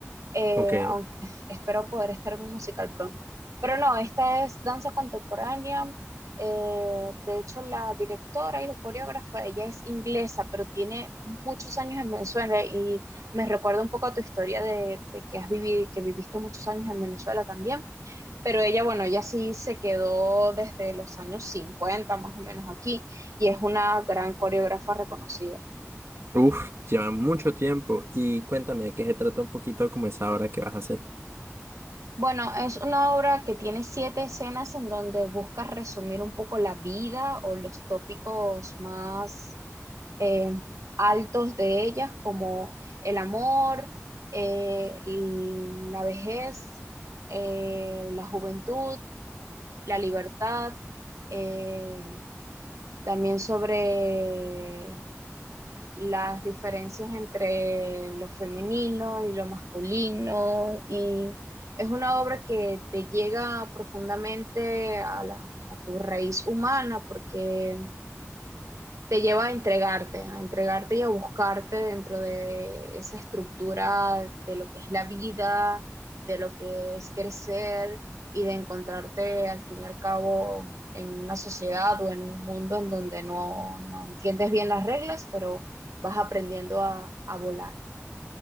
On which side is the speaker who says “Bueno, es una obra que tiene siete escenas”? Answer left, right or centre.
Right